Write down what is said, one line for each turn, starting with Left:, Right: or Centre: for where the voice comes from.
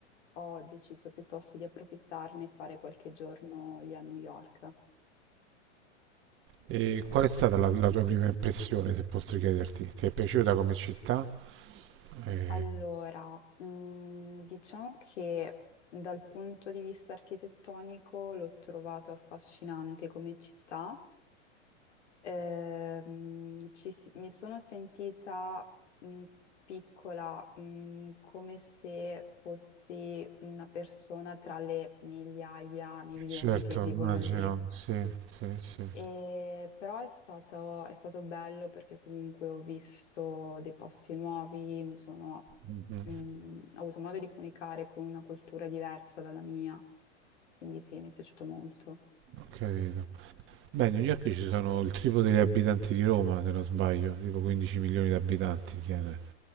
Left: ho deciso piuttosto di approfittarne e fare qualche giorno lì a New York.
Right: E qual è stata la, la tua prima impressione, se posso chiederti? Ti è piaciuta come città? Eh,
Left: Allora, mm, diciamo che dal punto di vista architettonico l'ho trovato affascinante come città. Ehm, ci s- mi sono sentita mh, piccola, mh, come se fossi una persona tra le migliaia, milioni
Right: certo,
Left: che vivono
Right: immagino,
Left: lì.
Right: sì, sì, sì. sì.
Left: E, però è stato, è stato bello perché comunque ho visto dei posti nuovi, mi sono,
Right: Mhm.
Left: mh, ho avuto modo di comunicare con una cultura diversa dalla mia, quindi sì, mi è piaciuto molto.
Right: Ho capito. Beh, a New York ci sono il triplo degli abitanti di Roma, se non sbaglio, tipo 15 milioni di abitanti tiene.